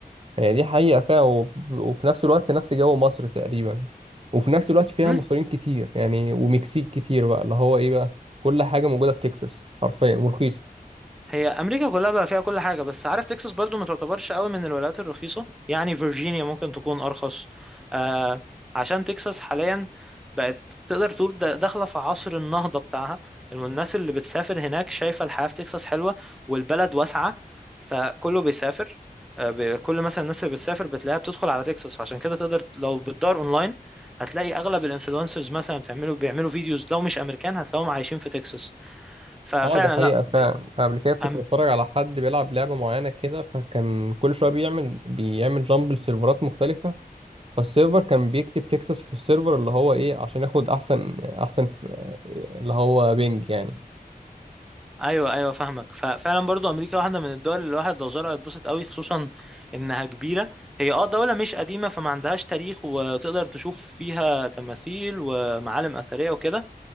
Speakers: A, on the right; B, in the centre.
A: هي دي حقيقة فعلا وب- وفي نفس الوقت نفس جو مصر تقريبا وفي نفس الوقت فيها
B: مم.
A: مصريين كتير يعني ومكسيك كتير بقى اللي هو ايه بقى كل حاجة موجودة في تكساس حرفيا ورخيصة
B: هي امريكا كلها بقى فيها كل حاجه بس عارف تكساس برضو ما تعتبرش قوي من الولايات الرخيصه يعني فيرجينيا ممكن تكون ارخص آه عشان تكساس حاليا بقت تقدر تقول دا- داخله في عصر النهضه بتاعها الناس اللي بتسافر هناك شايفه الحياه في تكساس حلوه والبلد واسعه فكله بيسافر آه ب- كل مثلا الناس اللي بتسافر بتلاقيها بتدخل على تكساس فعشان كده تقدر ت- لو بتدور اونلاين هتلاقي اغلب الانفلونسرز مثلا بتعملوا بيعملوا فيديوز لو مش امريكان هتلاقيهم عايشين في تكساس ففعلا
A: اه دي حقيقة
B: لا
A: فعلا قبل كده كنت
B: أم-
A: بتفرج على حد بيلعب لعبة معينة كده فكان كل شوية بيعمل بيعمل جامب لسيرفرات مختلفة فالسيرفر كان بيكتب تكساس في السيرفر اللي هو ايه عشان ياخد احسن احسن ف- اللي هو بينج يعني
B: ايوه ايوه فاهمك ففعلا برضو امريكا واحده من الدول اللي الواحد لو زارها يتبسط قوي خصوصا انها كبيره هي اه دوله مش قديمه فما عندهاش تاريخ وتقدر تشوف فيها تماثيل ومعالم اثريه وكده